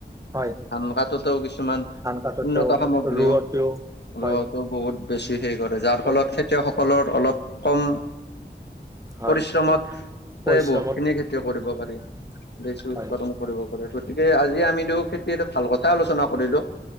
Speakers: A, on the right (about 20°); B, on the left (about 75°).
A: হয়
B: ধান কাটোতো কিছুমান
A: ধান কাটোতেও
B: উন্নত সামগ্ৰীও
A: ৰোৱতেও
B: ৰোৱাতো
A: হয়
B: বহুত বেছি হেৰি কৰে যাৰ
A: বহুত
B: ফলত খেতিয়কসকলৰ অলপ কম
A: হয়
B: পৰিশ্ৰমতকৈ
A: পৰিশ্ৰমত
B: বহুতখিনি খেতি
A: হয়
B: কৰিব পাৰি। বছি উৎপাদন
A: হয়
B: কৰিব পাৰে। গতিকে আজি আমিো খেতি এটা ভাল কথা আলোচনা কৰিলোঁ।